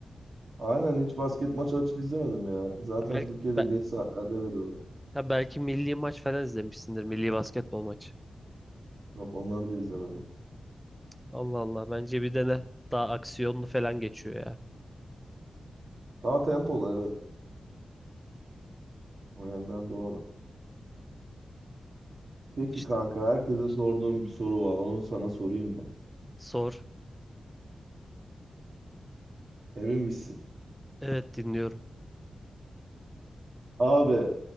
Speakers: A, on the right (about 60°); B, in the centre.
A: aynen hiç basket maçı açıp izlemedim ya. Zaten
B: Ha, belki
A: Türkiye'de
B: be-
A: geç saatlerde veriyorlar.
B: ha, belki milli maç falan izlemişsindir. Milli basketbol maçı.
A: Yok onları da izlemedim.
B: Allah Allah. Bence bir dene. Daha aksiyonlu falan geçiyor ya.
A: Daha tempolu evet. O yönden doğru. Peki
B: İşte
A: kanka herkese sorduğum bir soru var. Onu sana sorayım mı?
B: sor.
A: Emin misin?
B: Evet dinliyorum.
A: Abi